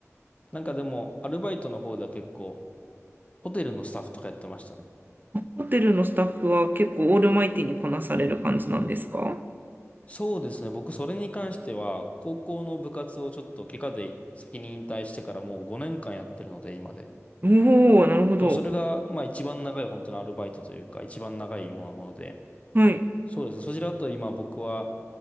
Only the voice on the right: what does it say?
ホテルのスタッフは結構オールマイティにこなされる感じなんですか
おおー、なるほど。
はい、